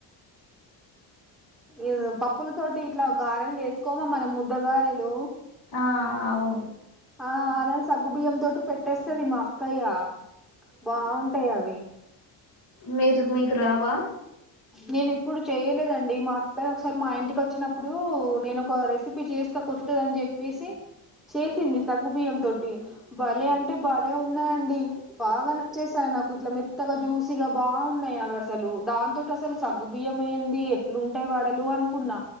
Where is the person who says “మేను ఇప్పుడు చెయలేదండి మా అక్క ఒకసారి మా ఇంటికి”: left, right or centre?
Centre